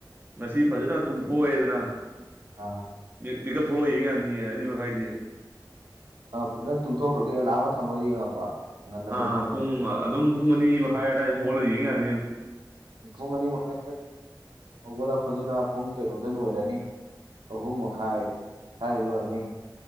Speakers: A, on the right; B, on the right.
A: ꯉꯁꯤ ꯐꯖꯅ ꯇꯨꯝꯊꯣꯛꯑꯦꯗꯅ
B: ꯑꯥ
A: ꯃꯤ ꯃꯤꯀꯞ ꯊꯣꯛꯂꯛꯑꯒ ꯌꯦꯡ ꯌꯥꯅꯤꯌꯦ ꯑꯅꯤ ꯃꯈꯥꯏꯗꯩꯩ
B: ꯑ ꯐꯖꯅ ꯇꯨꯝꯊꯣꯛꯈ꯭ꯔꯒꯦ ꯑꯦꯂꯥ꯭ꯔꯝꯒ ꯊꯝꯃꯒ ꯌꯦꯡꯉꯛꯄ ꯉꯟꯅ
A: ꯑꯥ
B: ꯇꯨꯝꯊꯣꯛꯈ꯭ꯔꯒ
A: ꯄꯨꯡ ꯑ ꯑꯗꯨꯝ ꯄꯨꯡ ꯑꯅꯤ ꯃꯈꯥꯏ ꯑꯗꯥꯏꯗ ꯑꯗꯨꯝ ꯍꯧꯒꯠꯂ ꯌꯦꯡ ꯌꯥꯅꯦꯕ
B: ꯄꯨꯡ ꯑꯅꯤ ꯃꯈꯥꯏꯗ ꯍꯧꯒꯠꯂꯛꯄꯗꯨꯅ ꯄꯨꯡ ꯀꯩꯅꯣꯗ ꯂꯣꯏꯔꯅꯤ ꯑꯍꯨꯝ ꯃꯈꯥꯏ ꯁ꯭ꯋꯥꯏꯗ ꯂꯣꯏꯔꯅꯤ